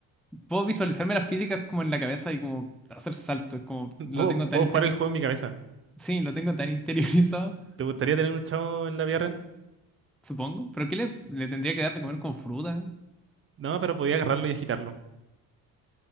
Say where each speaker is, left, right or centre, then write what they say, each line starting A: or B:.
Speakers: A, in the centre; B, on the right (about 35°).
A: puedo visualizarme las físicas como en la cabeza y como hacer saltos, como lo
B: Puedo,
A: tengo tan
B: puedo
A: inter-
B: jugar el juego en mi cabeza.
A: sí, lo tengo tan <laughs> interiorizado,
B: ¿Te gustaría tener un chavo en la vida real?
A: supongo. Pero ¿qué le, le tendría que dar de comer con fruta?
B: No, pero podía agarrarlo y agitarlo.